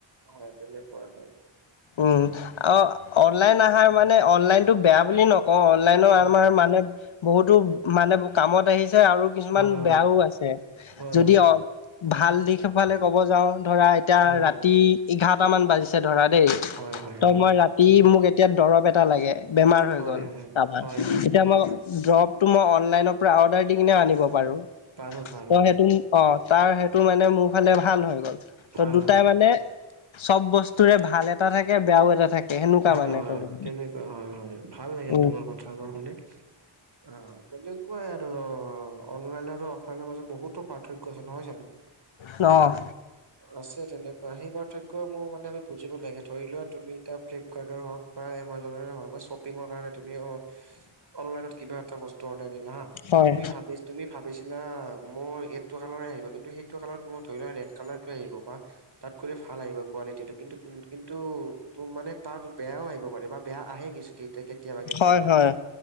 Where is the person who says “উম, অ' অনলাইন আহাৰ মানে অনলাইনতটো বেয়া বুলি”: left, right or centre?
Left